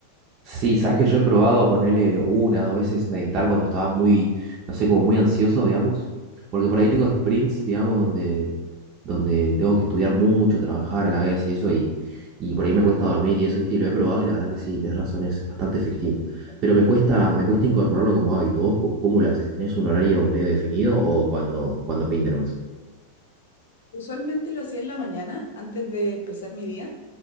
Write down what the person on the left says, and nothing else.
Usualmente lo hacía en la mañana, antes de empezar mi día,